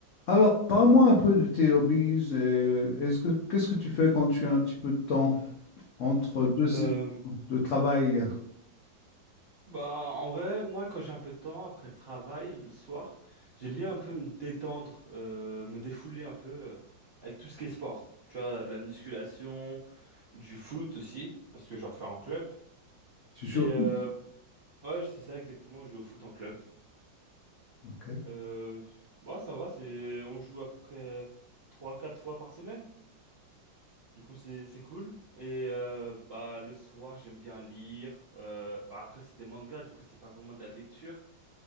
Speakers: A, on the left (about 85°); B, on the right (about 65°).
A: Alors, parle-moi un peu de tes hobbies. et Est-ce que qu'est-ce que tu fais quand tu as un petit peu de temps entre deux saisons
B: Euh,
A: de travail?
B: bah, en vrai, moi, quand j'ai un peu de temps après le travail, le soir, j'aime bien un peu me détendre, euh, me défouler un peu euh, avec tout ce qui est sport. Tu vois, de la musculation, du foot aussi, parce que j'en fais en club.
A: Tu joues?
B: Et euh, ouais, c'est ça exactement, je joue au foot en club.
A: Ok.
B: Euh, moi, ça va, c'est, on joue à peu près trois quatre fois par semaine. Du coup, c'est c'est cool. Et euh, bah le soir, j'aime bien lire. Euh, bah après, c'est des mangas, du coup, c'est pas vraiment de la lecture,